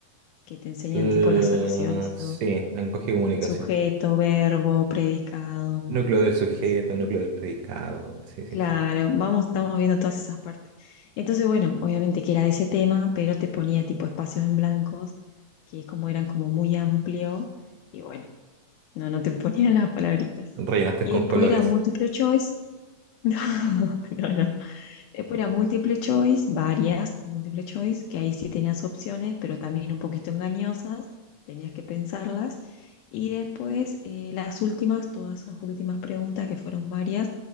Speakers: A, on the left (about 80°); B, on the right (about 70°).
A: que te enseñan
B: L-
A: tipo las oraciones y todo.
B: sí, lenguaje de comunicación.
A: Sujeto, verbo, predicado, bueno,
B: Núcleo del sujeto,
A: eso.
B: núcleo del predicado. Sí, sí,
A: Claro,
B: sí.
A: vamos, estamos viendo todas esas partes. Entonces, bueno, obviamente que era de ese tema, pero te ponía tipo espacios en blancos, que como eran como muy amplio, y bueno, no, no te <laughs> ponían las palabritas.
B: Rellenaste
A: Y
B: con
A: después
B: colores.
A: era multiple choice. <laughs> No, no, no. Después era multiple choice, varias de multiple choice, que ahí sí tenías opciones, pero también un poquito engañosas, tenías que pensarlas. Y después eh, las últimas, todas las últimas preguntas, que fueron varias,